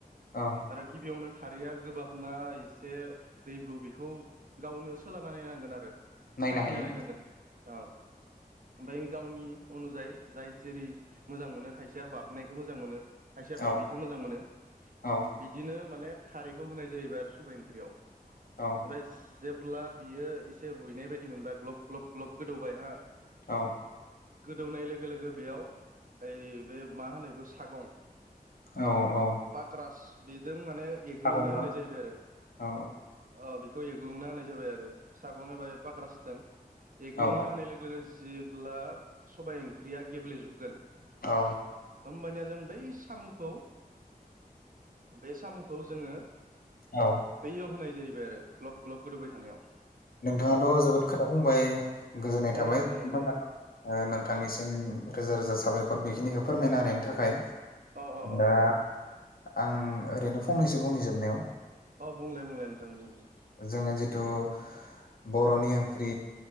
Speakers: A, on the left; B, on the right.
A: औ
B: आरो गिबियावनो खारैया गोबाबना एसे दैब्रु बेखौ गावनो सोलना नायनांगोन आरो।
A: नायनो
B: साखिना
A: हायो
B: नायनांगोन औ ओमफ्राय गावनि अनुजायै जाय जेरै मोजां मोनो खायसेया बाबनायखौ मोजां मोनो। खायसेयाबा
A: औ
B: बेखौ मोजां मोनो।
A: औ
B: बि बिदिनो माने खारैखौ होनाय जाहैबाय आरो सबाइ ओंख्रियाव
A: औ
B: ओमफ्राय जेब्ला बियो एसे रुइनाय बायदि मोनबाय ग्लब ग्लब ग्लब गोदौबाय हा
A: औ
B: गोदौनाय लोगो लोगो बेयाव ओइ बे मा होनोखौ सागं
A: औ औ
B: पाक्रास बेजों माने एग्लुंना
A: सागंजों
B: होनाय जाहैबाय आरो
A: औ
B: अ बेखौ एग्लुंना होनाय जाबाय आरो सागं एबा पाग्रा सिथों एग्लुंना
A: औ
B: होनाय लोगो लोगो जेब्ला सबाइ ओंख्रिया गेब्लेजोबगोन।
A: औ
B: होमबानिया जों बै साम'खौ बे साम'खौ जोङो
A: औ
B: बैयाव होनाय जाहैबाय आरो ग्लब ग्लब गोदौबाय थानायाव
A: नोंथाङाथ' जोबोद खोथा बुंबाय गोजोननाय
B: नंगौ
A: थाबाय
B: नोंथां
A: जोबोद
B: नंगौ
A: मोजां
B: नंगौ
A: नोंथांनिसिम रोजा रोजा साबायखर बेखिनिखौ फोरमायना होनायनि थाखाय
B: अ अ अ
A: दा आं ओरैनो फंनैसो बुंनि जोबनायाव
B: अ बुंलाय बुंलाय नोंथां बुं
A: जोङो जिथु बर'नि ओंख्रि